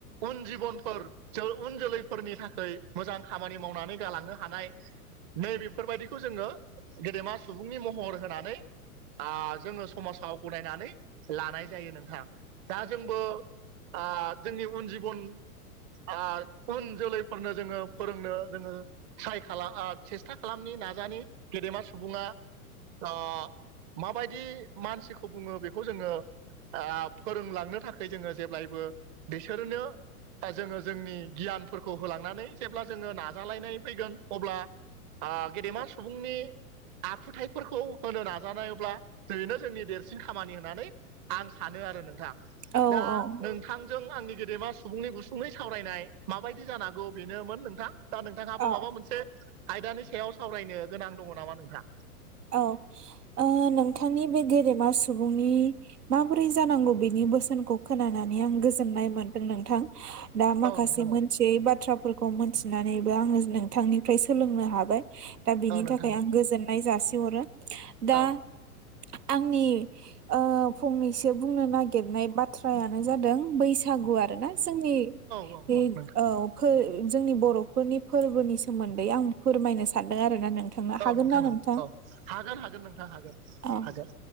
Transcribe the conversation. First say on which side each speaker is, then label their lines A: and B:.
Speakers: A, on the right; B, on the right.
A: उन जिबनफोर उन जोलैफोरनि थाखाय मोजां खामानि मावनानै गालांनो हानाय नै बेेफोरबायदिखौ जोङो गेदेमा सुबुंनि महर होनानै आ जोङो समाजाव गनायनानै लानाय जायो नोंथां। दा जोंबो आ जोंनि उन जिबन आ उन जोलैफोरनो जोङो फोरोंनो जोङो ट्राइ खालाम सेस्था खालामनि नाजानि गेदेमा सुबुङा आ माबायदि मानसिखौ बुङो बेखौ जोङो आ फोरोंलांनो थाखाय जोङो जेब्लायबो बिसोरनो आ जोङो जोंनि गियानफोरखौ होलांनानै जेब्ला जोङो नाजालायनाय फैगोन अब्ला आ गेदेमा सु बुंनि आखुथायफोरखौ होनो नाजानायब्ला जेनो जोंनि देरसिन खामानि होनानै आं सानो आरो नोंथां
B: औ
A: दा
B: औ
A: नों थांजों आंनि गेदेमा सुबुंनि गुसुङै सावरायनाय माबायदि जानांगौ बेनोमोन नोंथां। दा नोंथाङाबो
B: औ
A: माबा मोनसे आयदानि सायाव सावरायनो गोनां दङ नामा नोंथा?
B: औ ओ नोंथांनि बे गेदेमा सुबुंनि माबोरै जानांगौ बेनि बोसोनखौ खोनानानै आं गोजोननाय मोनदों नोंथां। दा माखासे
A: औ नोंथां औ
B: मोनथियै बाथ्राफोर खौ मोनथिनानैबो आङो नोंथांनिफ्राय सोलोंनो हाबाय दा बिनि
A: औ नोंथां
B: थाखाय
A: औ
B: आं गोजोन जासि हरो दा
A: औ
B: आंनि ओ फंनैसो बुंनो नागिरनाय बाथ्रायानो जादों बै सागु आरो ना जोंनि
A: औ
B: <unintelligible>
A: नोंथां
B: औ फो जोंनि बर'फोरनि फोरबोनि सोमोन्दै आं फोरमायनो सानदों आरोना नों थांनो
A: औ
B: हागोन
A: नोंथां
B: ना नों
A: औ औ हागोन हागोन नोंथां हागोन
B: औ
A: हागोन